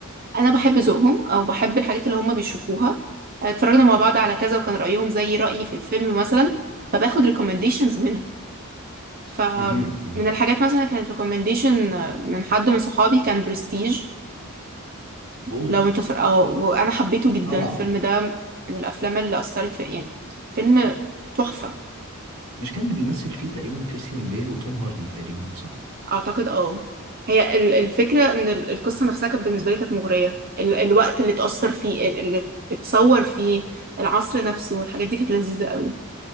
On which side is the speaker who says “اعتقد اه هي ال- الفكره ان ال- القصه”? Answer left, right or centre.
Right